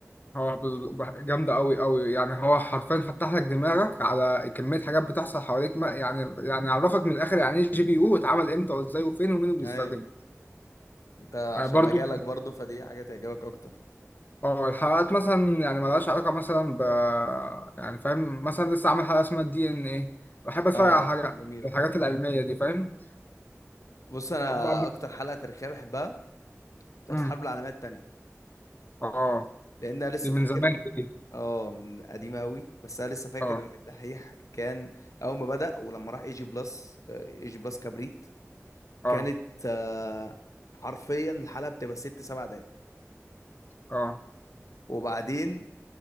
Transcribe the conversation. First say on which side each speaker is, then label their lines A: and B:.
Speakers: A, on the left; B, on the left.
A: هو بز- بح- جامدة أوي أوي يعني هو حرفيا فتح لك دماغك على كمية حاجات بتحصل حواليك ما يعني يعني عرفك من الآخر يعني إيه جي بي يو واتعمل إمتى وإزاي وفين ومين اللي بيستخدمه
B: ايوه انت عشان
A: آه، برضو
B: مجالك برضو فدي حاجة تعجبك اكتر
A: اه الحلقات مثلا يعني ملهاش علاقة مثلا ب يعني فاهم مثلا لسه عامل حلقة اسمها الدي ان ايه بحب اتفرج
B: اه
A: على حاجة
B: جميلة
A: الحاجات العلمية دي فاهم
B: بص انا
A: بعض-
B: اكتر حلقة تاريخية بحبها بتاعت
A: مم.
B: الحرب العالمية التانية
A: اه
B: لان انا لسه
A: دي
B: فاكر
A: من زمان دي
B: اه من قديمه قوي بس انا لسه فاكر
A: اه
B: ان الدحيح كان اول ما بدأ ولما راح اي جي بلس آه، اي جي بلس كبريت
A: اه
B: كانت آه، حرفيا الحلقه بتبقى ست سبع دقايق
A: اه
B: وبعدين